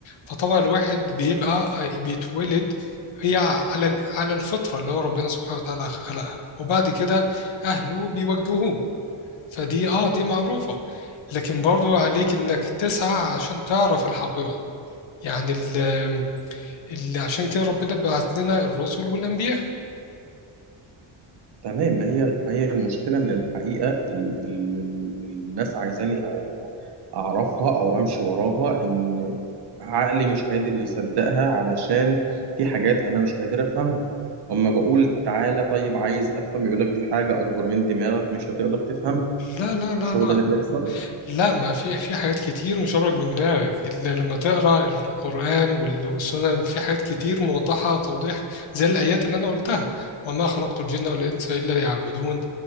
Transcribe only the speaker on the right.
تمام ما هي ما هي المشكلة إن الحقيقة ال- ال- ال- الناس عايزاني أو أعرفها أو أمشي وراها إن عقلي مش قادر يصدقها علشان في حاجات أنا مش قادر أفهمها أما بقول تعالى طيب عايز أفهم يقولك دي حاجة أكبر من دماغك مش هتقدر تفهمها
مش
هو ده اللي بيحصل